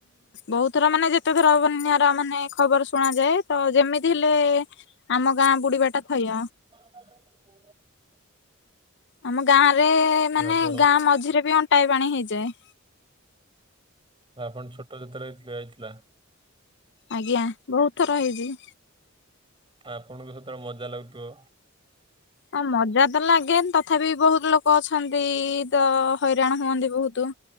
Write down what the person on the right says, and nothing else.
ଆ <unintelligible>
ଆପଣ
ଆ ଆପଣ ଛୋଟ ଯେତେବେଳେ ହେଇଥିଲା ଯାଇଥିଲା
ଆଉ ଆପଣଙ୍କୁ ସେତେବେଳେ ମଜା ଲାଗୁଥିବ,